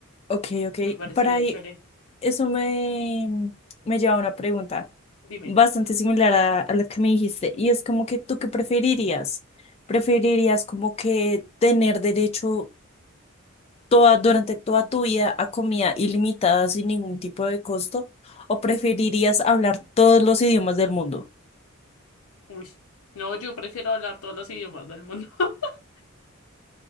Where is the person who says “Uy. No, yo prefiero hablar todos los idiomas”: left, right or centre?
Left